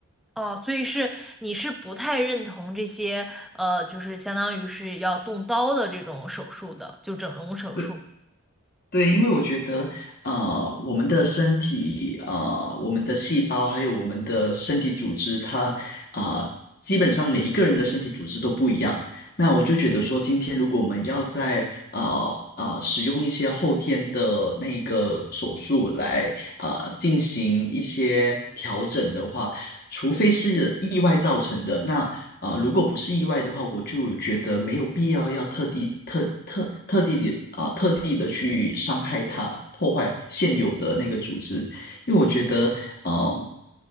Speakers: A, in the centre; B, on the left.
A: 哦，所以是你是不太认同这些，呃，就是相当于是要动刀的这种手术的，就整容手术。
B: 对对，因为我觉得，啊，我们的身体，啊，我们的细胞，还有我们的身体组织，它，啊、基本上每一个人的身体组织都不一样。那我就觉得说，今天如果我们要在啊啊使用一些后天的那个手术来啊进行一些调整的话，除非是意外造成的，那啊、呃如果不是意外的话，我就觉得没有必要要特地特特特地的啊、特地的去伤害它，破坏现有的那个组织，因为我觉得呃